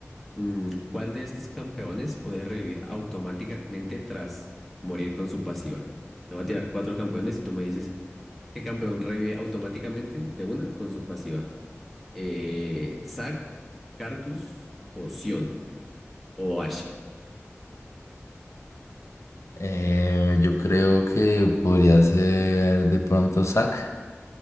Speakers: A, in the centre; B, on the left.
A: mm, ¿cuál de estos campeones puede revivir automáticamente tras morir con su pasiva? Te voy a tirar cuatro campeones y tú me dices ¿Qué campeón revive automáticamente de una con su pasiva. Eh, Zac, Cartus o Sion o Ashe.
B: Eh, yo creo que podría ser de pronto Zack.